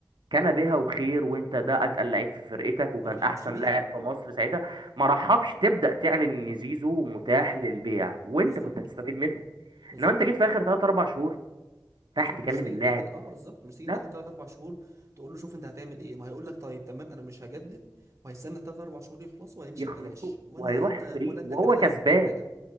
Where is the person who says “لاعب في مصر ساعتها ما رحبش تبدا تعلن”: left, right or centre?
Right